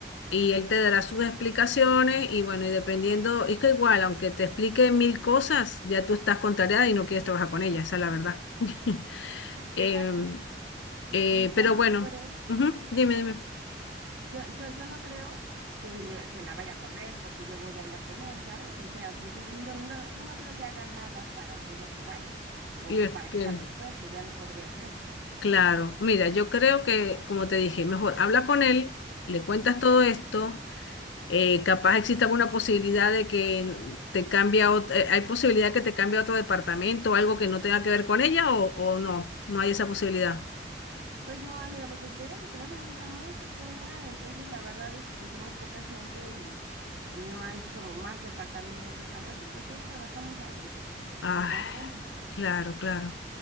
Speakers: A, on the left (about 80°); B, on the right (about 80°).
A: y él te dará sus explicaciones y bueno, y dependiendo, es que igual, aunque te explique mil cosas, ya tú estás contrariada y no quieres trabajar con ella, esa es la verdad. <laughs> Em,
B: Exacto. Y,
A: eh,
B: y yo
A: pero
B: no
A: bueno,
B: creo,
A: ujú, dime, dime.
B: yo, yo, yo no creo que, le- que la vaya a correr porque yo voy a hablar con él, ¿sabes? O sea, pues n- yo no, yo no creo que haga nada para que ella se vaya o
A: Y es
B: para
A: que-
B: quitarle el puesto, ya no podría hacerlo.
A: Claro, mira, yo creo que, como te dije, mejor habla con él, le cuentas todo esto, eh, capaz exista alguna posibilidad de que te cambie a ot- eh, hay posibilidad que te cambie a otro departamento, algo que no tenga que ver con ella o, o no, no hay esa posibilidad.
B: Pues no, amiga, porque te digo que como es una empresa muy pequeña, entonces la verdad es que pues somos poca gente y, y no hay como más departamentos, algo así, pues todos trabajamos ahí
A: Ah,
B: en conjunto.
A: claro, claro.